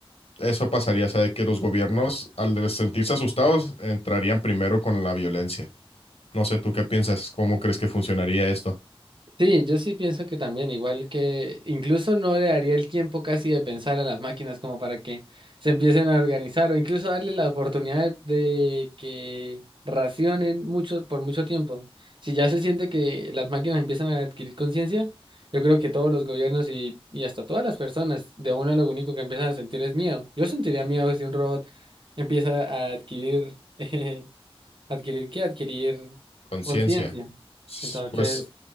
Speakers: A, on the left (about 80°); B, on the right (about 55°).
A: eso pasaría, o sea, de que los gobiernos al sentirse asustados entrarían primero con la violencia. No sé, ¿tú qué piensas? ¿Cómo crees que funcionaría esto?
B: Sí, yo sí pienso que también, igual que incluso no le daría el tiempo casi de pensar a las máquinas como para que se empiecen a organizar o incluso darle la oportunidad de, de que racionen mucho por mucho tiempo. Si ya se siente que las máquinas empiezan a adquirir conciencia, yo creo que todos los gobiernos y, y hasta todas las personas, de uno lo único que empiezan a sentir es miedo. Yo sentiría miedo si un robot empieza a adquirir <laughs> adquirir qué, adquirir
A: Conciencia.
B: conciencia.
A: S-
B: Entonces,
A: Pues